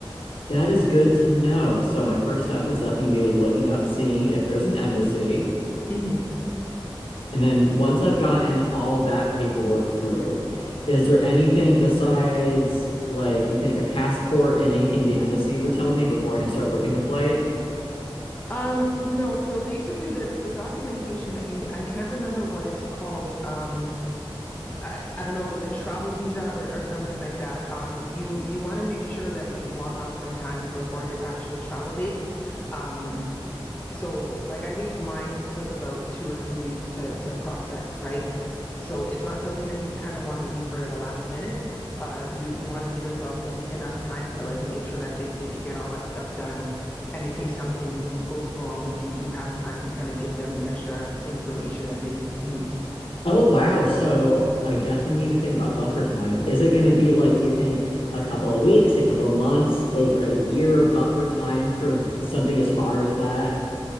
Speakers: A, on the left; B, on the left.
A: That is good to know. So my first step is definitely gonna be looking up, seeing if there's an embassy.
B: hmm
A: And then once I've gotten all that paperwork through, is there anything besides like you think a passport and anything the embassy would tell me before I can start booking a flight?
B: um no so basically the the documentation that you need i can't remember what it's called um I, I don't know if it's a travel visa or, or something like that um you you want to make sure that you block off some time before your actual travel date um so like I think mines took about two or three weeks to to process, right? So it's not something that you kind of want to leave for the last minute. Uh, you you want to give yourself en- enough time to like make sure that they, they could get all that stuff done, and in case something goes wrong, like you you have time to kind of give them the extra information that they need.
A: Oh wow, so I definitely need to think about buffer time. Is it going
B: Yeah.
A: to be like you think a couple of weeks, a couple of months, over a year of buffer time for something as far as that?